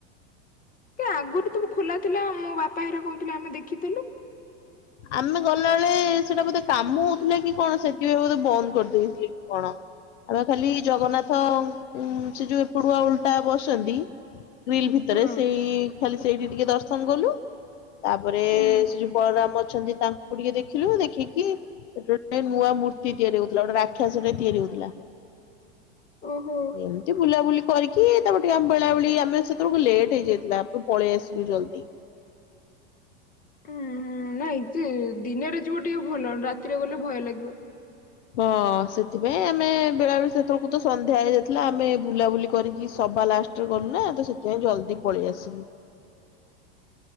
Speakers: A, on the left; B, on the left.
A: କାଇଁ ଆଗରୁ ସବୁ ଖୋଲା ଥିଲା ମୋ ବାପା ହେରା କହୁଥିଲା ଆମେ ଦେଖି
B: ଆମେ ଗଲାବେଳେ ସେଟା ବୋଧେ କାମ ହଉଥିଲା କି କଣ? ସେଥିପାଇଁ ବୋଧେ ବନ୍ଦ କରିଦେଇଥିଲେ କି କଣ? ଆମେ ଖାଲି ଜଗନ୍ନାଥ ଉଁ ସେ ଯୋଉ ଏପଟୁଆ ଓଲଟା ବସନ୍ତି ଗ୍ରିଲ ଭିତରେ
A: ହଁ
B: ସେଇ ଖାଲି ସେଇଠି ଟିକେ ଦର୍ଶନ କଲୁ ତାପରେ
A: ହଁ
B: ସେ ଯଉ ବଳରାମ ଅଛନ୍ତି ତାଙ୍କୁ ଟିକେ ଦେଖିଲୁ ଦେଖିକି ଗୋଟେ ନୂଆ ମୂର୍ତ୍ତି ତିଆରି ହଉଥିଲା ଗୋଟେ ରାକ୍ଷସ ତିଆରି ହଉଥିଲା
A: ଓହୋ
B: ଏମିତି ବୁଲାବୁଲି କରିକି ଟିକେ ଆମ ବେଳାବେଳି ଆମେ ସେତେବେଳକୁ ଲେଟ୍ ହେଇଯାଇଥିଲା ଆପଣ ପଳେଇ ଆସିଲୁ ଜଲ୍ଦି।
A: ହୁଁ ହୁଁ ନାଇଁ ଦିନରେ ଯିବ ଟିକେ ଭଲ ରାତିରେ ଗଲେ ଭୟ ଲାଗିବ।
B: ହଁ ସେଥିପାଇଁ ଆମେ ବେଳାବେଳି ସେତେବେଳକୁ ତ ସନ୍ଧ୍ୟା ହେଇଯାଇଥିଲା ଆମେ ବୁଲାବୁଲି କରିକି ସବା ଲାଷ୍ଟରେ ଗଲୁନା ତ ସେଥିପାଇଁ ଜଲଦି ପଳେଇ ଆସିଲୁ।
A: <inaudible>